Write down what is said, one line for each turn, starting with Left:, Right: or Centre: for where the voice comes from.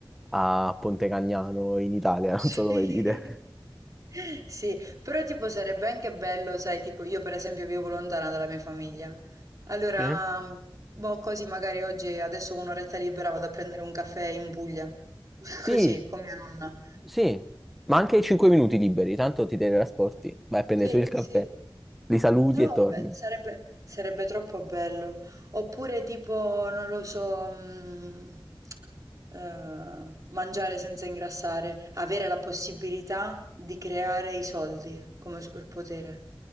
Centre: a Ponte Cagnano in Italia,
Right: Sì.
Centre: <laughs> non so come dire.
Right: Sì, però tipo sarebbe anche bello, sai, tipo io per esempio vivo lontana dalla mia famiglia. Allora,
Centre: Sì?
Right: boh, così magari oggi adesso ho un'oretta libera vado a prendere un caffè in Puglia. <laughs>
Centre: Sì,
Right: Così, con mia nonna.
Centre: sì, ma anche 5 minuti liberi, tanto ti teletrasporti, vai a prendere
Right: Sì,
Centre: su il caffè,
Right: sì.
Centre: li saluti
Right: No,
Centre: e torni.
Right: beh, sarebbe, sarebbe troppo bello. Oppure tipo, non lo so, mm, eh, mangiare senza ingrassare, avere la possibilità di creare i soldi come superpotere,